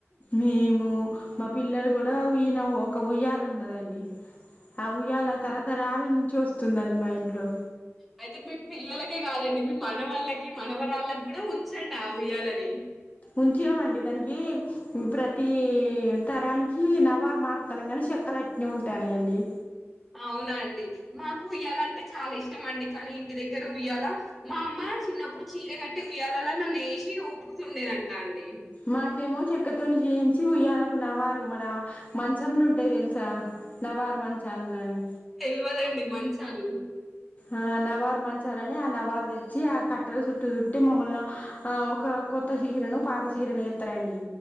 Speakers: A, on the left; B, in the centre.
A: మేము మా పిల్లలు కూడా ఉయన ఒక ఉయ్యాల ఉండదండి అ ఉయ్యాల తరతరాల నుంచి వస్తుందండి మా ఇంట్లో
B: అయితే మీ పిల్లలకే కాదండి మీ మన వళ్ళకి మనవరాళ్ళకి కూడా ఉంచండి ఆ ఉయ్యాలనే
A: ఉంచినమండి దానికి ప్ర తి తరానికి నవార్ మారుతన్న గాని చెక్కలు అట్నే ఉంటన్నాయి అండి
B: అవునా అండి మాకు ఉయ్యాల అంటే చాలా ఇష్టం అండి కానీ ఇంటి దగ్గర ఉయ్యాల మా అమ్మ చిన్నప్పుడు చీర కట్టి ఉయ్యాలలా నన్ను వేసి ఊపుతుండేనంటా అండి
A: మాకేమో చెక్కతోని జెయించి ఉయ్యాలకు నవారు మన మంచములు ఉంటాయి తెలుసా నవారు మంచాలని
B: తెలివదండి మంచాలు
A: ఆ నవార్ మంచాలని ఆ నవార్ తెచ్చి ఆ కట్టెల చుట్టు చుట్టి మమ్మల్ని ఆ ఒక కొత్త చిరను పాత చిరను ఎతరండి